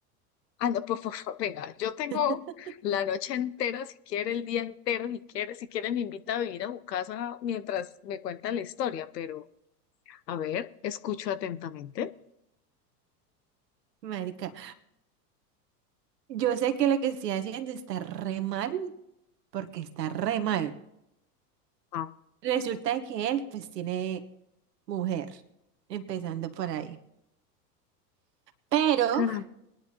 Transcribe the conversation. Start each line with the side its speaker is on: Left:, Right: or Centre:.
Left: Ah, no, por favor, <laughs> venga, yo tengo
Right: <laughs>
Left: la noche entera, si quiere, el día entero, si quiere, si quiere, me invita a vivir a su casa mientras me cuenta la historia, pero a ver, escucho atentamente.
Right: Marica, yo sé que lo que estoy haciendo está re mal, porque está re mal.
Left: Ah,
Right: Resulta de que él pues tiene mujer, empezando por ahí. Pero,
Left: caramba.